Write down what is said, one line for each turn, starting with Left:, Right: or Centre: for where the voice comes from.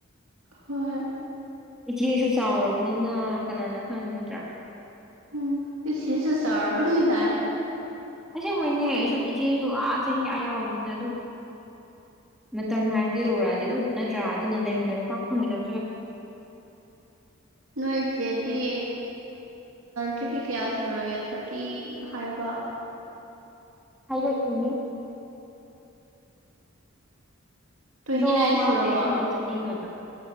Right: ꯍꯣꯏ
Centre: ꯏꯆꯦꯁꯨ ꯆꯥꯎꯔꯕꯅꯤꯅ ꯀꯅꯥꯅ ꯈꯪꯤ ꯅꯠꯇ꯭ꯔꯥ
Right: ꯎꯝ ꯄꯁꯤꯁ ꯆꯔꯕ ꯅꯥꯏ
Centre: ꯇꯁꯦꯡ ꯃꯣꯏꯅꯦ ꯁꯨꯝ ꯏꯆꯦꯁꯨ ꯑꯥ ꯆꯍꯤ ꯑꯥ ꯌꯧꯔꯕꯅꯤꯅ ꯑꯗꯨꯝ ꯃꯇꯝ ꯍꯥꯏꯕꯗꯨꯣ ꯌꯧꯔꯛꯑꯗꯤ ꯑꯗꯨꯝ ꯅꯠꯇ꯭ꯔꯥ ꯑꯗꯨꯅ ꯂꯩꯃꯤꯟꯅꯕ ꯄꯥꯛ ꯐꯪꯉꯕ
Right: ꯅꯣꯏ ꯆꯦꯗꯤ ꯆꯍꯤ ꯀꯌꯥ ꯁꯨꯔꯒꯦ ꯊꯥꯔꯇꯤ ꯍꯥꯏꯔꯕ
Centre: ꯍꯥꯏꯂꯣ ꯏ
Right: ꯇ꯭ꯋꯦꯟꯇꯤ
Centre: ꯑꯗꯣ
Right: ꯅꯥꯏꯟ ꯁꯨꯔꯕꯣ
Centre: ꯃꯥꯁꯦ ꯑꯩ ꯊꯥꯗꯣꯛꯑ ꯆꯠꯅꯤꯡꯉꯣꯏꯕ